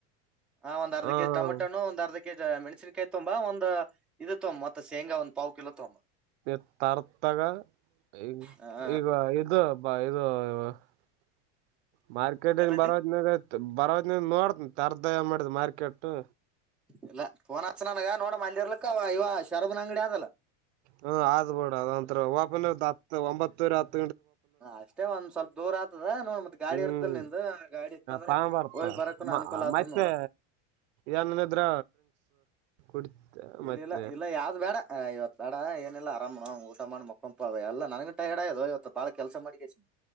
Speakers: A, in the centre; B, on the right.
A: ಹಾ ಒಂದ್ ಅರ್ಧ
B: ಹ
A: ಕೆಜಿ ಟಮಟೋ ಹಣ್ಣು ಒಂದ ಅರ್ಧ. ಕೆಜ್ ಮೆಣಸನ್ಕಾಯಿ ತೊಂಬ ಒಂದು ಇದು ತೊಂಬ ಮತ್ತ ಶೇಂಗಾ ಒಂದ್ ಪಾವು ಕಿಲೋ ತೊಂಬ
B: <unintelligible> ತರತಾಗ ಈ
A: ಹಾ
B: ಈಗ ಇದು ಬ ಇ <unintelligible> ಮಾರ್ಕೆಟಿಂದ
A: ಏನಂದಿ
B: ಬರಾತನ್ಯಗ ನ <unintelligible> ಬರೋವತನ್ಯಾಗ ನೋಡ ತೆರದ್ ಏನ್ ಮಾಡ್ಯದ್ ಮಾರ್ಕೆಟು.
A: ಇಲ್ಲ ಪೋನ್ ಹಚ್ಚ ನನಗ ನೋಡಮಲ್ಲಿ ಇರ್ಲಕ್ಕ ಇವ ಶರದ್ನ ಅಂಗಡಿ ಅದಲ್ಲ.
B: ಹ್ಮ್ ಆದ ಬೀಡ ಅದಂತ್ರ ಓಪನ ಹ <unintelligible> ಒಂಬತ್ತುವರಿ ಹತ್ತ.
A: ಅಷ್ಟೇ ಒಂದ್ ಸ್ವಲ್ಪ ದೂರ ಆತದ ನೋಡ್ ಮತ್. ಗಾಡಿ
B: ಹ್ಮ್
A: ಇರ್ತಲ್ ನಿಂದ ಗಾಡಿ ಇತ್ತಂದ್ರ
B: ತಗೊಂಬರ್ತ
A: ಹೋಗಿ ಬರಕನು
B: ಮ
A: ಅನುಕೂಲ ಆತದ
B: ಮತ್ತೆ
A: ನೋಡ.
B: ಏನೇನಿದ್ರ ಕುಡಿ
A: ಇಲ್ಲಿಲ್ಲ
B: ಮತ್ತೆ
A: ಇಲ್ಲ ಯಾವ್ದ ಬ್ಯಾಡ ಇವತ್ ಬ್ಯಾಡ ಏನ್. ಎಲ್ಲ ಆರಾಮ್ <unintelligible> ಊಟ ಮಾಡ ಮೊಕಂಪ ಎಲ್ಲ ನನ್ಗ ಟೈರ್ಡ್ ಆಗ್ಯದೋ ಇವತ್ತು ಬಾಳ ಕೆಲಸ ಮಾಡಿಕೆಸಿ